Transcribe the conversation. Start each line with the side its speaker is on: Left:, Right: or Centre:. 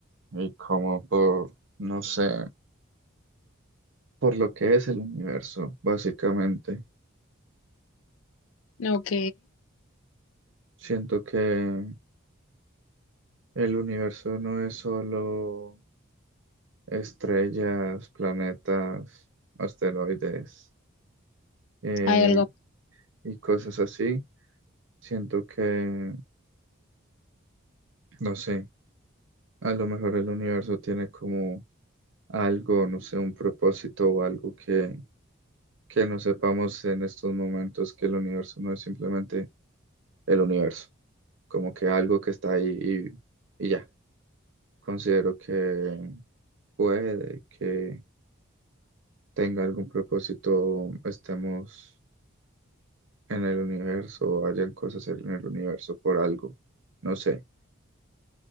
Right: y como por, no sé, por lo que es el universo, básicamente.
Left: ¿no? Ok.
Right: Siento que el universo no es solo estrellas, planetas, asteroides eh,
Left: Hay algo.
Right: y cosas así. Siento que, no sé, a lo mejor el universo tiene como algo, no sé, un propósito o algo que, que no sepamos en estos momentos que el universo no es simplemente el universo, como que algo que está ahí y, y ya. Considero que puede que tenga algún propósito, estemos en el universo o hayan cosas en el universo por algo, no sé.